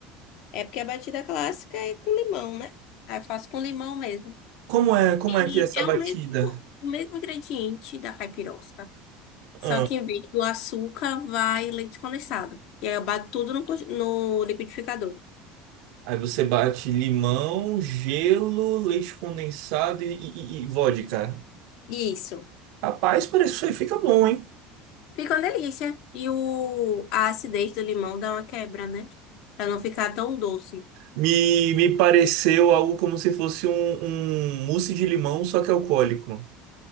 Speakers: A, on the left; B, on the right.
A: É porque a batida clássica é com limão, né? Aí eu faço com limão mesmo.
B: Como é, como
A: E
B: é que é essa
A: é
B: batida?
A: o mesmo, o mesmo ingrediente da caipirosca. Só
B: Ah,
A: que em vez do açúcar, vai leite condensado. E aí eu bato tudo no, co- no liquidificador.
B: aí você bate limão, gelo, leite condensado e, e, e vodka.
A: Isso.
B: Rapaz, parece isso aí fica bom, hein?
A: Fica uma delícia. E o, a acidez do limão dá uma quebra, né? Pra não ficar tão doce.
B: Me, me pareceu algo como se fosse um, um mousse de limão, só que alcoólico.